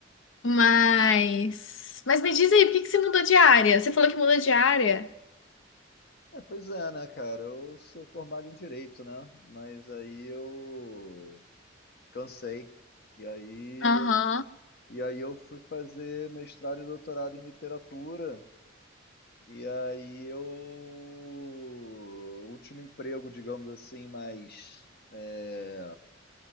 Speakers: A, on the left (about 80°); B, on the left (about 55°).
A: Mas, mas me diz aí, por que que você mudou de área? Você falou que mudou de área?
B: É, pois é, né, cara? Eu sou formado em direito, né? Mas aí eu cansei. E aí
A: Aham,
B: eu, e aí eu fui fazer mestrado e doutorado em literatura. E aí eu. O último emprego, digamos assim, mais é,